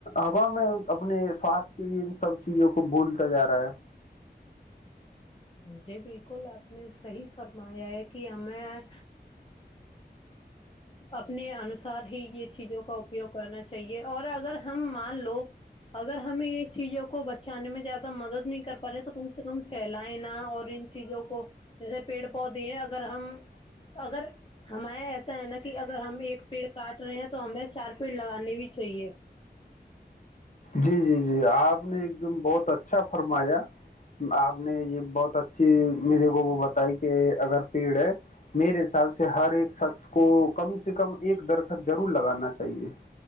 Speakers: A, on the left (about 45°); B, on the left (about 30°).
A: ہوا میں اپنے سواستھ کے لیے ان سب چیزوں کو بھولتا جا رہا ہے
B: جی بالکل آپ نے صحیح فرمایا ہے کہ ہمیں اپنے انوسار ہی یہ چیزوں کا اپیوگ کرنا چاہیے اور اگر ہم مان لو اگر ہمیں یہ چیزوں کو بچانے میں زیادہ مدد نہیں کر پا رہے تو کم سے کم پھیلائیں اور ان چیزوں کو جیسے پیڑ پودے ہیں اگر اگر ہم اگر ہمار ایسا ہے نا کہ اگر ہم ایک پیڑ کاٹ رہے ہیں تو ہمیں چار پیڑ لگانے بھی چاہیے
A: جی جی جی آپ نے ایک دم بہت اچھا فرمایا آپ نے یہ بہت اچھی میرے کو وہ بتائی کہ اگر پیڑ ہے میرے حساب سے ہر ایک شخص کو کم سے کم ایک در ضرور لگانا چاہیے